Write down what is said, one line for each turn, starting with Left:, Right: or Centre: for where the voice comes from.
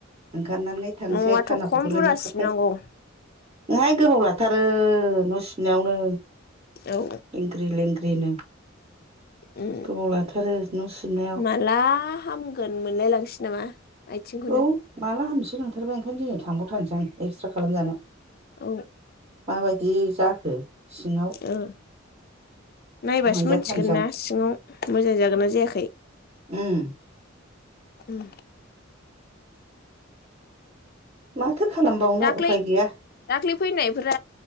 Right: ओंखारनानै थांसै
Left: न'आथ'
Right: खानाखौबो
Left: खम
Right: लेंहरखाबाय
Left: बुरजा सिबनांगौ
Right: ओंहाय गोबाव लाथारो न' सिबनायावनो
Left: औ
Right: लेंग्रि लेंग्रि नो
Left: उम
Right: गोबाव लाथारो न' सिबनायाव
Left: माला हामगोन मोनलाय लांसै नामा आथिंखौनो
Right: औ माला हामसि नंथारबाय ओंखायनो दिनै थांबावथारनोसां एक्सट्रा खालामजानो
Left: औ
Right: माबायदि जाखो सिङाव
Left: औ नायबासो
Right: नायजाथारनोसै
Left: मोनथिगोन ना
Right: आं
Left: सिङाव मोजां जागोना जायाखै।
Right: उम।
Left: उम
Right: माथो खालामबावनो
Left: दाख्लै
Right: उफाय गैया।
Left: दाख्लै फैनायफोरा